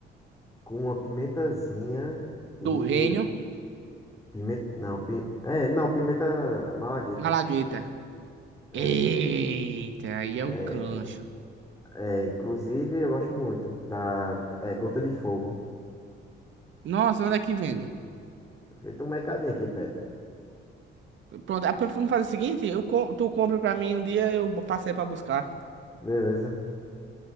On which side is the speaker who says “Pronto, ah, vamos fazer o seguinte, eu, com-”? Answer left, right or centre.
Right